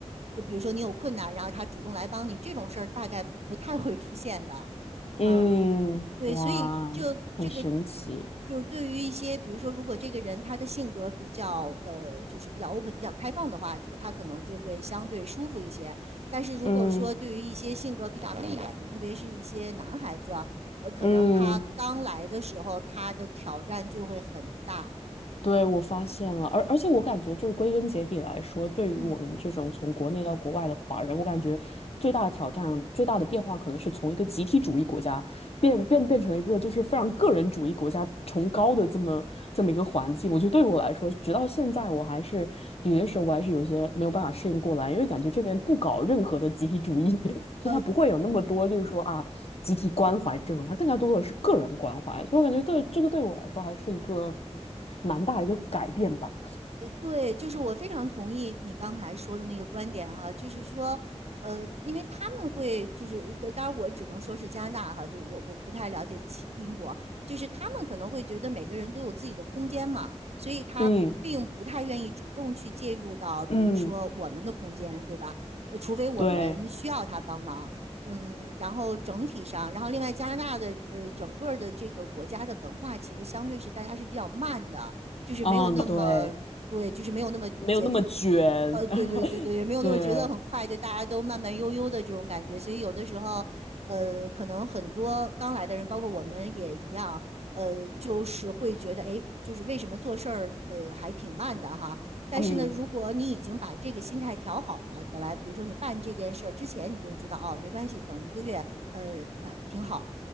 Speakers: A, on the right; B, on the left.
A: 呃比如说你有困难，然后他主动来帮你，这种事儿大概不太会出现的。
B: 嗯，
A: 嗯。对，
B: 哇，
A: 所以这这个
B: 很神奇。
A: 就是对于一些，比如说，如果这个人他的性格比较呃，就是比较 open、比较开放的话，可他可能就会相对舒服一些。但是如果说对于一些性格比较内敛的，
B: 嗯
A: 特别是一些男孩子，呃，可能他刚来的时候，
B: 嗯。
A: 他的挑战就会很大。
B: 对，我发现了，而而且我感觉就是归根结底来说，对于我们这种从国内到国外的华人，
A: 嗯。
B: 我感觉最大的挑战、最大的变化，可能是从一个集体主义国家变变变成一个就是非常个人主义国家崇高的这么这么一个环境。我觉得对于我来说，直到现在，我还是有些时候我还是有些没有办法适应过来，因为感觉这边不搞任何的集体主义，<laughs> 所以他不会有那么多就是说啊集体关怀这种，
A: 呃。
B: 他更加多的是个人关怀。所以我感觉对这个对我来说还是一个。蛮大一个改变吧。
A: 呃，对，就是我非常同意你刚才说的那个观点哈，就是说，呃，因为他们会就是，呃当然我只能说是加拿大哈，就我我不太了解其英国，就是他们可能会觉得每个人都有自己的空间嘛，所以他并不太愿意主动去介入到，
B: 嗯
A: 比如说我们的空间，
B: 嗯，
A: 对吧？呃，除非我们需要他帮忙，
B: 对，
A: 嗯，然后整体上，然后另外加拿大的呃整个的这个国家的文化其实相对是大家是比较慢的。就是没有那么对，
B: 嗯 <laughs> 对，
A: 就是没有那么节奏，
B: 没有那么卷，
A: 呃，对对对对，
B: <laughs>
A: 也没有那么节奏很快，
B: 对，
A: 就大家都慢慢悠悠的这种感觉。所以有的时候，呃，可能很多刚来的人，包括我们也一样，呃，就是会觉得，哎，就是为什么做事儿，呃，还挺慢的哈。但是呢，
B: 嗯。
A: 如果你已经把这个心态调好了，本来比如说你办这件事儿之前，你就知道哦，没关系，等一个月，呃呃，挺好，